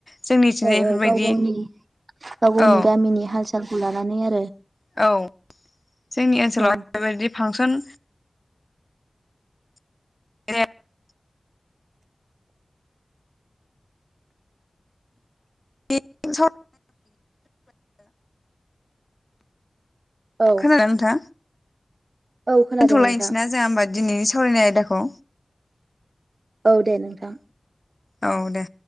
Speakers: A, on the left (about 30°); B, on the right (about 65°).
A: जोंनिथिंजाय
B: औ
A: बेफोरबायदि
B: औ गाव गावनि गाव गावनि
A: औ
B: गामिनि हाल सालखौ लानानै आरो
A: औ जोंनि ओनसोलावहाय
B: औ
A: बेबायदि फांसन <unintelligible> <unintelligible> <unintelligible>
B: औ
A: खोनादोंना नोंथाङा?
B: औ खोनादों
A: दोनथलायनोसै
B: नोंथां
A: ना जोहा ओमबा दिनैनि सावरायनाय आयदाखौ।
B: औ दे नोंथां
A: औ दे